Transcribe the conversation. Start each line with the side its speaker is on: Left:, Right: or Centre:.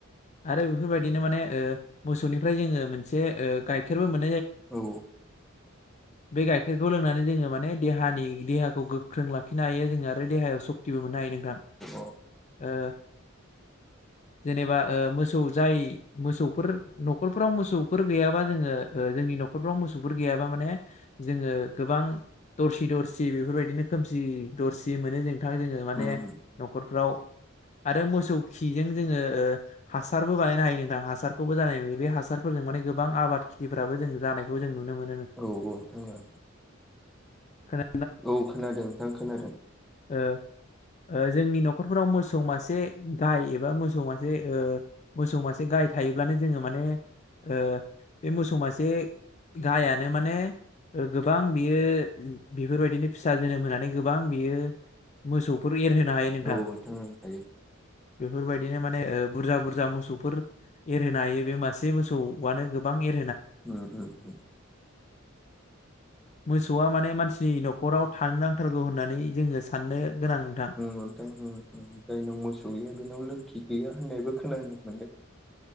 Left: आरो बेफोरबायदिनो माने ओ मोसौनिफ्राय जोङो मोनसे ओ गाइखेरबो मोन
Centre: औ औ।
Left: बे गाइखेरखौ लोंनानै जोङो माने देहानि देहाखौ गोख्रों लाखिनो हायो जोङो आरो देहायाव सक तिबो मोन्नो हायो नोंथां
Centre: औ
Left: ओ जेनेबा ओ मोसौ जाय मोसौफोर न'खरफोराव मोसौ फोर गैयाबा जोङो ओ जोंनि न'खरफ्राव मोसौफोर गैयाबा माने जोङो गोबां दरसि दरसि बेफोरबायदिनो खोमसि दरसि मोनो जोंथां जोङो माने
Centre: उम उम
Left: न'खरफ्राव
Centre: <inaudible>
Left: आरो मोसौ खिजों जोङो ओ हासारबो बानायनो हायो नोंथां हासारखौबो जानाय नुयो बे हासारफोरजों माने गोबां आबाद खेथिफ्राबो जों जानायखौ जों नुनो मोन
Centre: औ औ नोंथां औ।
Left: खोना
Centre: औ खोनादों नोंथां खोनादों।
Left: ओ ओ जोंनि न'खरफोराव मोसौ मासे गाय एबा मोसौ मासे ओ मोसौ मासे गाय गाय थायोब्लानो जोङो माने ओ बे मोसौ मासे गायानो माने ओ गोबां बियो बेफोरबायदिनो फिसा जोनोम होनानै गोबां बियो मोसौफोर एरहोनो हायो नोंथां।
Centre: औ ओं हायो
Left: बेफोरबायदिनो माने ओ बुरजा बुरजा मोसौफोर एरहोनो हायो बे मासे मोसौयानो गोबां एर
Centre: उम उम उम।
Left: मोसौआ माने मानसिनि न'खराव थानो नांथारगौ होननानै जोङो साननो गोनां नोंथां
Centre: ओं नोंथां ओं ओं जायनाव मोसौ गैया बेनाव लोखि गैया होननायबो खोनानो मोनो